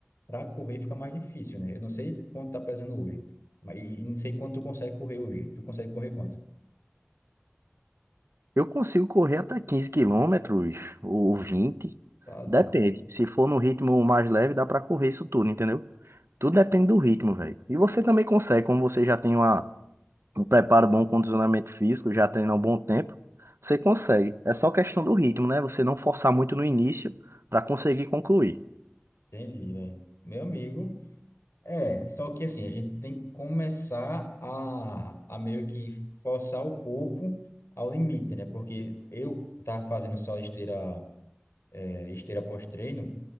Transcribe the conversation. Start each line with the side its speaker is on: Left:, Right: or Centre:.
Left: para correr fica mais difícil, né? Eu não sei quanto tá pesando hoje, mas e não sei quanto tu consegue correr hoje. Tu consegue correr quanto?
Right: Eu consigo correr até 15 quilômetros ou 20.
Left: Tá doido.
Right: Depende. Se for no ritmo mais leve, dá pra correr isso tudo, entendeu? Tudo depende do ritmo, velho. E você também consegue, como você já tem uma, um preparo bom, um condicionamento físico, já treina há um bom tempo, você consegue. É só questão do ritmo, né? Você não forçar muito no início pra conseguir concluir.
Left: Entendi, velho. Meu amigo. É, só que assim, a gente tem que começar a, a meio que forçar o corpo ao limite, né? Porque eu tava fazendo só esteira, é, esteira pós-treino.